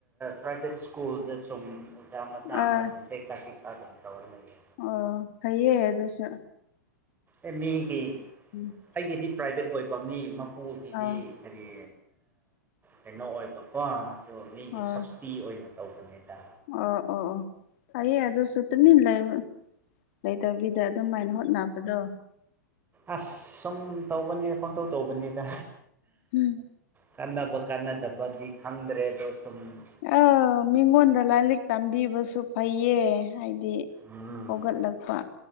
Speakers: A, on the right; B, on the left.
A: ꯄ꯭ꯔꯥꯏꯚꯦꯠ ꯁ꯭ꯀꯨꯜꯗ ꯁꯨꯝ ꯑꯣꯖꯥ ꯃꯆꯥ
B: ꯑꯥ
A: ꯑꯃ ꯑꯗꯨꯝ ꯂꯩꯀꯥ ꯆ ꯀꯥ ꯑꯗꯨꯝ ꯇ ꯑꯣꯏꯟ ꯂꯩꯦ
B: ꯑꯣ ꯐꯩꯌꯦ ꯑꯗꯨꯁꯨ
A: ꯑꯦꯃꯤꯒꯤ
B: ꯎꯝ
A: ꯑꯩꯒꯤꯗꯤ ꯄ꯭ꯔꯥꯏꯕꯦꯠ ꯑꯣꯏꯕ ꯃꯤ ꯃꯄꯨꯒꯤꯗꯤ
B: ꯑꯣ
A: ꯍꯥꯏꯗꯤ ꯀꯩꯅꯣ ꯑꯣꯏꯕꯀꯣ ꯑꯗꯨ ꯃꯤꯒꯤ
B: ꯑꯣ
A: ꯁ ꯇꯤ ꯑꯣꯏꯅ ꯇꯧꯕꯅꯦꯗ
B: ꯑꯣ ꯑꯣ ꯑꯣ ꯇꯥꯏꯌꯦ ꯑꯗꯨꯁꯨ ꯇꯨꯃꯤ ꯂꯩꯕ ꯂꯩꯇꯕꯤꯗ ꯑꯗꯨꯝꯃꯥꯏꯅ ꯍꯣꯠꯅꯕꯗꯣ
A: ꯑꯁ ꯁꯨꯝ ꯇꯧꯕꯅꯦꯗ ꯄꯪꯊꯧꯧ ꯇꯧꯕꯅꯦꯗ
B: ꯎꯝ
A: ꯀꯟꯅꯕ ꯀꯟꯅꯗꯕꯒꯤ ꯈꯪꯗ꯭ꯔꯦ ꯑꯗꯣ ꯁꯨꯝꯅ
B: ꯑꯥ ꯃꯤꯉꯣꯟꯗ ꯂꯥꯏꯔꯤꯛ ꯇꯝꯕꯤꯕꯁꯨ ꯐꯩꯌꯦ ꯍꯥꯏꯗꯤ
A: ꯎꯝ
B: ꯍꯧꯒꯠꯂꯛꯄ